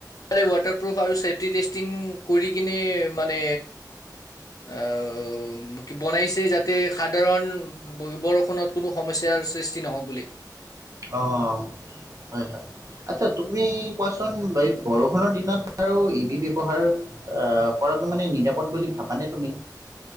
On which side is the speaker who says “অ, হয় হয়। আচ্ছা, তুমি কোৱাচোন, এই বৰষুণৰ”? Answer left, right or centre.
Right